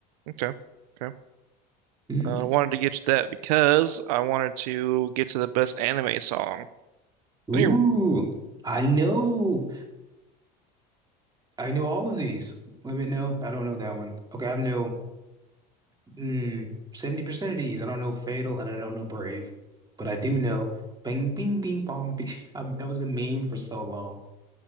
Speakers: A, on the right; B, on the right.
A: Okay. Okay.
B: Mm.
A: Uh, I uh, wanted to get you that because I wanted to get to the best anime song.
B: Ooh,
A: Let me-
B: I know. I know all of these. Let me know. I don't know that one. Okay, I know. Mm, 70% of these. I don't know Fatal and I don't know Brave, but I do know Bing Bing Bing Bong Bing. <laughs> I mean, that was a meme for so long.